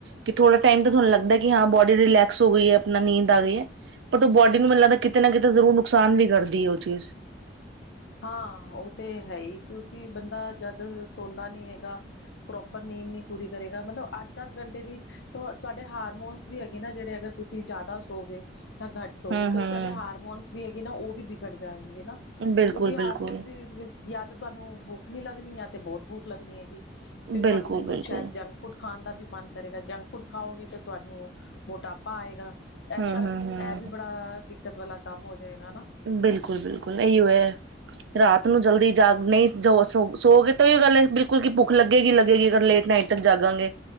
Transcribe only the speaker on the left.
ਹਾਂ ਉਹ ਤੇ ਹੈ ਹੀ ਕਿਉਂਕਿ ਬੰਦਾ ਜਦ ਤੱਕ ਸੌਦਾ ਨਹੀਂ ਹੈਗਾ ਪ੍ਰੋਪਰ ਨੀਂਦ ਨਹੀਂ ਪੂਰੀ ਕਰੇਗਾ ਮਤਲਬ ਅੱਧ ਅੱਧ ਘੰਟੇ ਦੀ ਤੁਹਾਡੇ ਹਾਰਮੋਨਸ ਵੀ ਹੈਗੇ ਨਾ ਜਿਹੜੇ ਅਗਰ ਤੁਸੀਂ ਜ਼ਿਆਦਾ ਸੋ ਗੇ ਘੱਟ
ਸੋ ਗਏ ਤੁਹਾਡੇ ਹਾਰਮੋਨਸ ਵੀ ਹੈਗੇ ਨਾ ਉਹ ਵੀ ਵਿਗੜ ਜਾਣਗੇ ਨਾ
ਕਿਉਂਕਿ ਹਾਰਮੋਨਸ ਵੀ ਯਾਦ ਤੁਹਾਨੂੰ ਭੁੱਖ ਨੀ ਲੱਗਣੀ ਹੈ ਤੇ ਯਾਦ ਬਹੁਤ ਭੁੱਖ ਲੱਗਣੀ ਹੈਗੀ ਫਿਰ
ਤੁਹਾਨੂੰ ਸ਼ਾਇਦ ਜੰਗ ਫੂਡ ਖਾਣ ਦਾ ਵੀ ਮਨ ਕਰੇਗਾ ਜੰਕ ਫੂਡ ਖਾਓਗੇ ਤੇ ਤੁਹਾਨੂੰ ਮੋਟਾਪਾ ਆਏਗਾ ਇਸ
ਕਾਰਨ ਇਹ ਵੀ ਬੜਾ ਦਿੱਕਤ ਵਾਲਾ ਕੰਮ ਹੋ ਜਾਏਗਾ